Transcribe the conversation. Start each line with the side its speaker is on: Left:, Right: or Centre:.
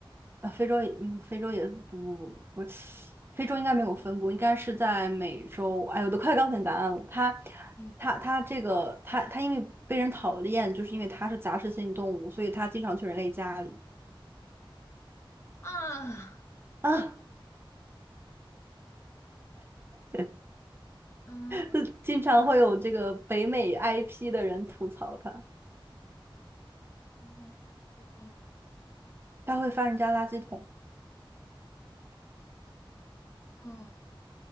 Right: 啊，非洲也嗯，非洲也不不不不，非洲应该没有分布，应该是在美洲。哎，我都快告诉你答案了，它，
Left: 嗯
Right: 它，它这个，它，它因为被人讨厌，就是因为它是杂食性动物，所以它经常去人类家里
Left: 啊，
Right: 啊，<laughs>
Left: 嗯，
Right: 就经常会有这个北美 IP 的人吐槽它，
Left: 北美 IP 的人吐槽，
Right: 它会翻人家垃圾桶。
Left: 嗯，